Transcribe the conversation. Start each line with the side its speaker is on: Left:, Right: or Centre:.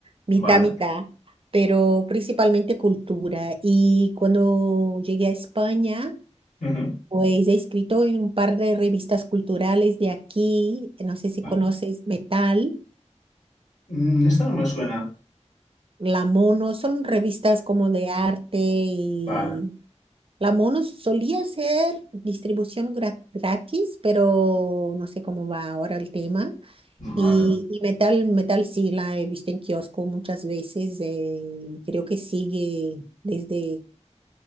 Right: mitad,
Left: Vale.
Right: mitad, pero principalmente cultura. Y cuando llegué a España...
Left: Ujú.
Right: Pues he escrito en un par de revistas culturales de aquí, no sé si
Left: Vale.
Right: conoces Metal,
Left: Mm, esta no me suena.
Right: La Mono, son revistas como de arte y
Left: Vale.
Right: la Mono solía ser distribución gra- gratis, pero no sé cómo va ahora el tema.
Left: Vale,
Right: Y,
Left: vale.
Right: y metal, metal sí la he visto en kiosco muchas veces, eh, creo que sigue desde...